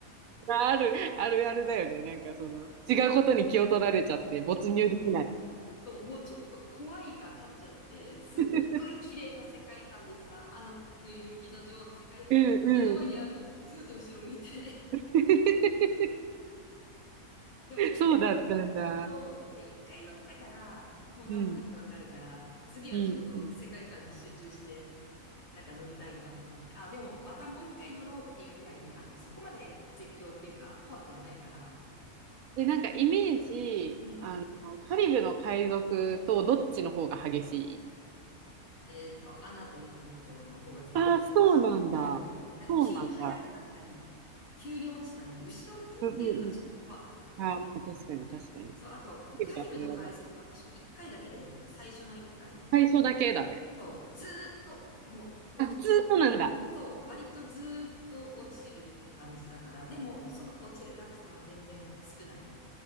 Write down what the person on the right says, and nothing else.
あるあるあるだよねなんかその違うことに気を取られちゃって没入できない
<laughs>
うんうん
<laughs>
そうだったんだ
うん
うんうん
で、なんかイメージ、
あの、カリブの海賊とどっちの方が激しい
ああ、そうなんだ。
そうなんだ。
うんうんうん。ああ、まあ確かに確かに。
カ
リブはそれは
最初だけだね。
あ、ずーっとなんだ。